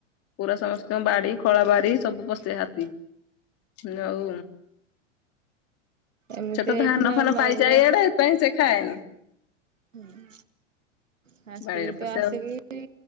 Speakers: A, on the left; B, on the right.
A: ପୁରା ସମସ୍ତଙ୍କ ବାଡି ଖଳା ବାଡି ସବୁ ପଶେ ହାତୀ। ଯୋଉ
B: ଏମିତି
A: ସେ ତ ଧାନ-ଫାନ
B: ଏଇଠି ନର୍ମାଲ
A: ପାଇଯାଏ
B: ବି
A: ଏଆଡେ ପାଇଁ ସେ ଖାଏନି।
B: ହୁଁ ହାଁ ସେଇ
A: ବାଡିରେ ପଶେ
B: ତ ଆସି
A: ଆଉ
B: କିି ତି